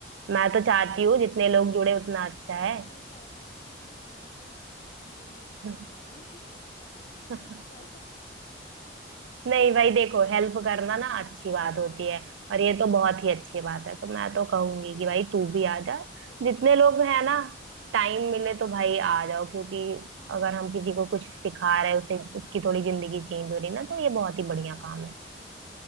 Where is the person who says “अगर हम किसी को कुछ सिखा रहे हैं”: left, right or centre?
Right